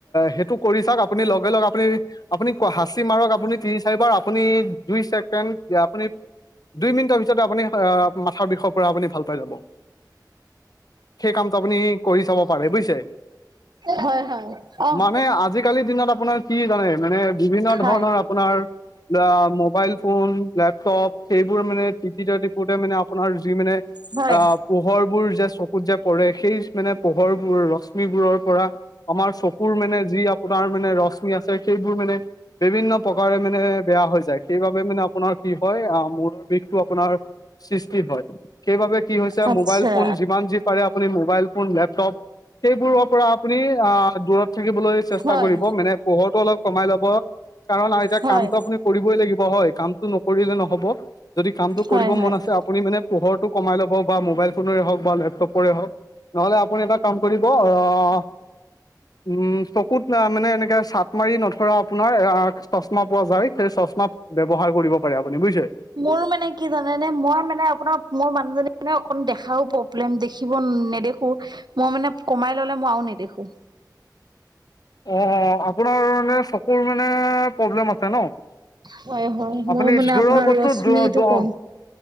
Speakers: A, on the left; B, on the right.
A: সেইটো কৰি চাওঁক আপুনি লগে লগে আপুনি আপুনি হাঁচি মাৰক আপুনি তিনি চাৰিবাৰ আপুনি দুই ছেকেণ্ড আপুনি দুই মিনিটৰ ভিতৰতে আপুনি অহ, মাথাৰ বিষৰ পৰা আপুনি ভাল পাই যাব। সেই কামটো আপুনি কৰি চাব পাৰে, বুজিছে।
B: হয়, হয়, অ',
A: মানে আজিকালিৰ দিনত আপোনাৰ কি জানে মানে বিভিন্ন
B: হয়,
A: ধৰণৰ আপোনাৰ অ', মোবাইল ফোন, লেপটপ সেইবোৰ মানে টিপিটে টিপোতে মানে আপোনাৰ যি মানে
B: হয়।
A: আহ পোহৰবোৰ যে চকুত যে পৰে সেই মানে পোহৰবোৰ ৰশ্মিবোৰৰ পৰা আমাৰ চকুৰ মানে যি আপোনাৰ মানে ৰশ্মি আছে। সেইবোৰ মানে বিভিন্ন প্ৰকাৰে মানে বেয়া হৈ যায়, সেইবাবে মানে আপোনাৰ কি হয় অহ, মূৰৰ বিষটো আপোনাৰ সৃষ্টি হয়। সেইবাবে কি হৈছে
B: আচ্ছা,
A: মোবাইল ফোন যিমান যি পাৰে আপুনি মোবাইল ফোন, লেপ টপ সেইবোৰৰ পৰা আপুনি অহ, দূৰত থাকিবলৈ চেষ্টা
B: হয়,
A: কৰিব মানে পোহৰটো অলপ কমাই ল'ব কাৰণ আৰু এতিয়া
B: হয়,
A: কামটো আপুনি কৰিবই লাগিব হয় কাম টো নকৰিলে নহ'ব যদি কামটো
B: হয়,
A: কৰিব
B: হয়।
A: মন আছে আ আপুনি মানে পোহৰটো কমাই ল'ব বা মোবাইল ফোনৰে হওঁক বা লেপটপৰে হওঁক। নহ'লে আপুনি এটা কাম কৰিব অ' উম, চকুত মানে এনেকে চাট মাৰি নধৰা আপোনাৰ অ', চচমা পোৱা যায়। সেই চশমাক ব্যৱহাৰ কৰিব পাৰে আপুনি, বুইছে।
B: মোৰ মানে কি জানেনে মই মানে আপোনাৰ মোৰ মানুহজনী মানে অকন দেখাও প <unintelligible> দেখিব নেদেখো মই মানে কমাই ল'লে মই আৰু নেদেখো।
A: অ', অ', আপোনাৰ মানে চকুৰ মানে প্ৰব্লেম আছে ন'।
B: হয়, হয়, মোৰ
A: আপুনি
B: মানে
A: দূৰৰ
B: আপোনাৰ
A: বস্তু
B: ৰশ্মিটো
A: দ দ
B: কম।